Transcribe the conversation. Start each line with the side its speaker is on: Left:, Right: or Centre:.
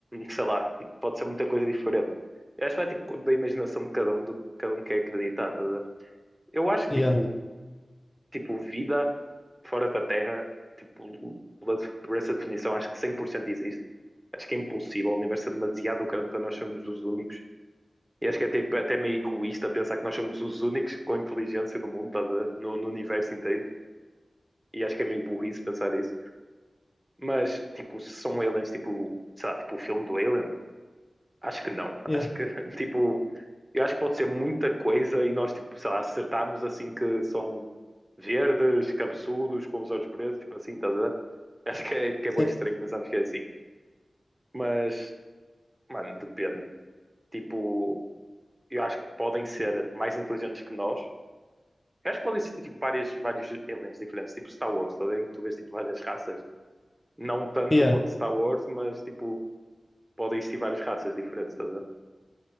Right: sei lá, pode ser muita coisa diferente. Eu acho que vai tipo da imaginação de cada um, do que cada um quer acreditar, estás a ver? Eu acho
Left: Yeah,
Right: que tipo, tipo, vida fora da Terra, tipo, pela, por essa definição, acho que 100% existe. Acho que é impossível, o universo é demasiado grande para nós sermos os únicos. E acho que é tipo, até meio egoísta pensar que nós somos os únicos com inteligência no mundo, estás a ver? No, no universo inteiro. E acho que é meio burrice pensar isso. Mas, tipo, se são aliens, tipo, sei lá, tipo o filme do Alien, Acho que não.
Left: yeah,
Right: Acho que, <laughs> tipo, eu acho que pode ser muita coisa e nós, tipo, sei lá, acertamos assim que são verdes, cabeçudos, com os olhos pretos, tipo assim, estás a ver? Acho que é, que é
Left: sei-
Right: bué estranho pensarmos que é assim. Mas, mano, depende. Tipo, eu acho que podem ser mais inteligentes que nós. Eu acho que podem existir, tipo, várias, vários aliens diferentes, tipo Star Wars, estás a ver? Em que tu vês, tipo, várias raças. Não tanto
Left: yeah,
Right: quanto Star Wars, mas, tipo, podem existir várias raças diferentes, estás a ver?